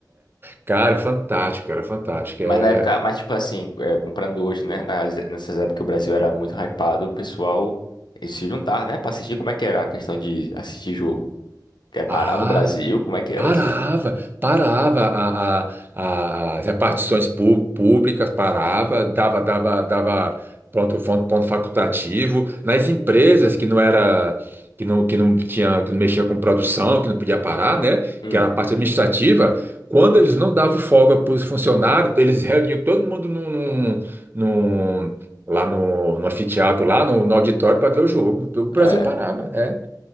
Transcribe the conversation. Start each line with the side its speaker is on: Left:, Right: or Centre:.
Right: Cara, fantástico, cara, fantástico.
Left: Mas
Right: É...
Left: na época, mas tipo assim, é, comprando hoje, né? nas- nessas épocas que o Brasil era muito hypado, o pessoal eles se juntar, né? Pra assistir, como é que era a questão de assistir jogo? Que era- Parava
Right: Ah,
Left: o Brasil, como é que era
Right: parava,
Left: isso aí?
Right: parava a, a, a- as repartições pú- públicas, parava, dava, dava, dava ponto, ponto, ponto facultativo. Nas empresas que não era, que não, que não tinha, que não mexia com produção, que não podia parar, né?
Left: Hum.
Right: Que era a parte administrativa, quando eles não davam folga para os funcionários, eles reuniam todo mundo num, num, num- lá no, no anfiteatro, lá no, no auditório para ver o jogo. O Brasil
Left: É.
Right: parava, é.